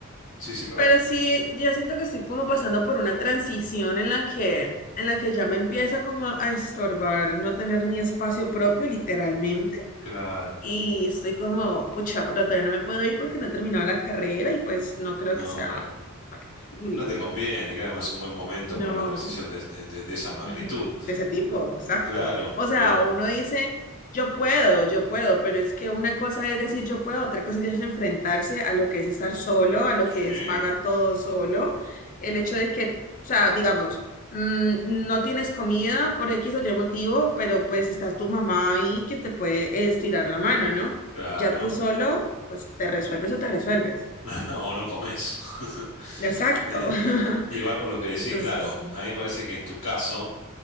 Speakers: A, on the left (about 70°); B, on the left (about 40°).
A: sí, sí, perdón.
B: Pero sí, ya siento que estoy como pasando por una transición en la que, en la que ya me empieza como a estorbar no tener mi espacio propio, literalmente.
A: Claro.
B: Y estoy como, pucha, pero todavía no me puedo ir porque no he terminado la carrera y pues no creo
A: No,
B: que sea
A: claro.
B: factible.
A: No te conviene, claro, no es un buen momento
B: No
A: para una transición de, de- de- de esa magnitud.
B: mm, de ese tipo, exacto.
A: Claro,
B: O sea,
A: pero...
B: uno dice, yo puedo, yo puedo, pero es que una cosa es decir yo puedo, otra cosa ya es enfrentarse a lo que es estar solo, a lo
A: Sí.
B: que es pagar todo solo. El
A: ujú,
B: hecho de que, o sea, digamos, mm, no tienes comida por X o Y motivo, pero pues está tu mamá ahí que te puede estirar la mano, ¿no?
A: Claro.
B: Ya tú solo, pues te resuelves o te resuelves.
A: <laughs> O no comes. <laughs>
B: Exacto.
A: Eh,
B: <laughs>
A: igual por lo que decís,
B: Entonces,
A: claro,
B: sí.
A: a mí me parece que en tu caso...